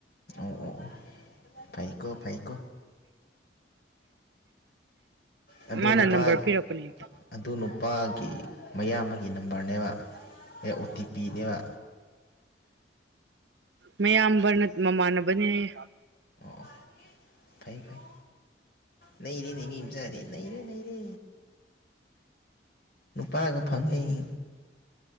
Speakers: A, on the left (about 55°); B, on the right (about 70°).
A: ꯑꯣ ꯑꯣ ꯑꯣ ꯐꯥꯏꯀꯣ ꯐꯥꯏꯀꯣ ꯑꯗꯨ
B: ꯃꯥꯅ
A: ꯅꯨꯄꯥ
B: ꯅꯝꯕꯔ ꯄꯤꯔꯛꯄꯅꯦ
A: ꯑꯗꯨ ꯅꯨꯄꯥꯒꯤ ꯃꯌꯥꯝꯕ ꯅꯝꯕꯔꯅꯦꯕ ꯑꯦ ꯑꯣ ꯇꯤ ꯄꯤꯅꯦꯕ
B: ꯃꯌꯥꯝꯕꯅ ꯃꯃꯥꯟꯅꯕꯅꯦ ꯍꯥꯏꯌꯦ
A: ꯑꯣ ꯐꯩ ꯐꯩ ꯅꯔꯤ ꯅꯉꯝ ꯆꯔꯤ ꯅꯔꯦ ꯅꯔꯦ ꯅꯨꯄꯥꯒ ꯐꯪꯉꯩ